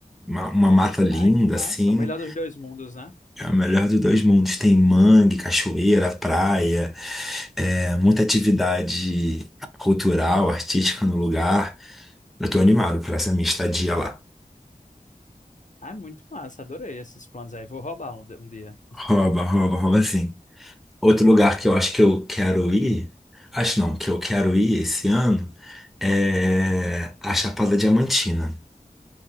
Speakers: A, in the centre; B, on the left (about 55°).
A: uma, uma mata linda,
B: Ai, que massa.
A: assim.
B: O melhor dos dois mundos, né?
A: É o melhor dos dois mundos. Tem mangue, cachoeira, praia. é, muita atividade cultural, artística no lugar. Eu tô animado por essa minha estadia lá.
B: Ai, muito massa. Adorei esses planos aí. Vou roubar um, um dia.
A: Rouba, rouba, rouba sim. Outro lugar que eu acho que eu quero ir, acho não, que eu quero ir esse ano é a Chapada Diamantina.